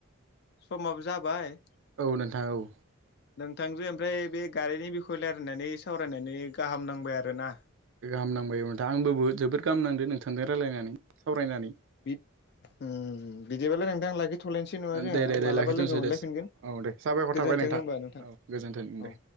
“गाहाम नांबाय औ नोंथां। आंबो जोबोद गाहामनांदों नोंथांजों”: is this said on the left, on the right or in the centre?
Right